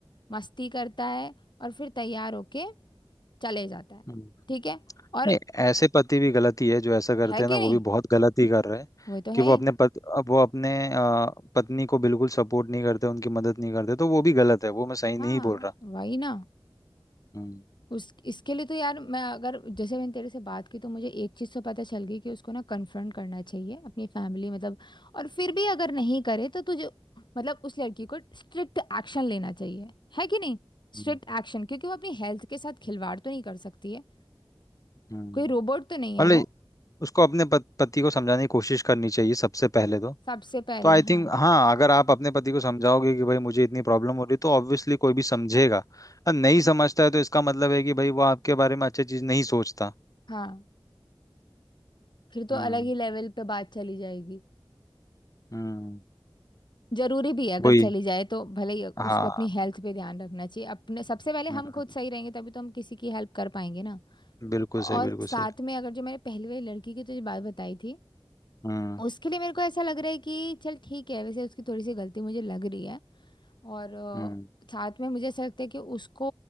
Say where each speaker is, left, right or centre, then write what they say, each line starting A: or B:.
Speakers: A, on the left (about 55°); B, on the left (about 40°).
A: मस्ती करता है और फिर तैयार होके चले जाता है
B: हम्म।
A: ठीक है और
B: नहीं ऐसे पति भी गलती है जो ऐसा करते
A: है
B: हैं
A: कि
B: ना
A: नहीं
B: वो भी बहुत गलती कर रहे हैं
A: वो तो
B: कि
A: है
B: वो
A: ही
B: अपने पत, वो अपने अ, पत्नी को बिल्कुल सपोर्ट नहीं करते उनकी मदद नहीं करते तो वो भी गलत है वो मैं सही नहीं
A: हाँ
B: बोल रहा
A: वही ना
B: हम्म
A: उस इसके लिए तो यार मैं अगर जैसे मैंने तेरे से बात की तो मुझे एक चीज़ तो पता चल गई कि उसको ना कन्फ्रंट करना चाहिए अपनी फैमिली मतलब और फिर भी अगर नहीं करे तो तुझे मतलब उस लड़की को स्ट्रिक्ट एक्शन लेना चाहिए है कि नहीं स्ट्रिक्ट
B: हम्म
A: एक्शन क्योंकि वो अपनी हेल्थ के साथ खिलवाड़ तो नहीं कर सकती है
B: हम्म।
A: कोई रोबोट तो नहीं है
B: मतलब
A: वो
B: उसको अपने पत, पति को समझाने की कोशिश करनी चाहिए सबसे पहले तो
A: सबसे पहले
B: तो आई
A: हाँ
B: थिंक हाँ अगर आप अपने पति को समझाओगे कि भाई मुझे इतनी प्रॉब्लम हो रही है तो ऑब्वियसली कोई भी समझेगा और नहीं समझता है तो इसका मतलब है कि भाई वो आपके बारे में अच्छी चीज नहीं सोचता
A: हाँ फिर तो
B: हम्म
A: अलग ही लेवल पे बात चली जाएगी
B: हम्म
A: जरूरी भी है अगर
B: वही
A: चली जाए तो भले ही
B: हाँ
A: उसको अपनी हेल्थ पे ध्यान रखना चाहिए अपने सबसे पहले
B: हम्म
A: हम खुद सही रहेंगे तभी तो हम किसी की हेल्प कर पाएंगे ना
B: बिल्कुल सही
A: और
B: बिल्कुल
A: साथ
B: सही
A: में अगर जो मैंने पहली वाली लड़की की तुझे बात बताई थी
B: हम्म
A: उसके लिए मेरे को ऐसा लग रहा है कि चल ठीक है वैसे उसकी थोड़ी सी गलती मुझे लग रही है और अ,
B: हम्म
A: साथ में मुझे ऐसा लगता है कि उसको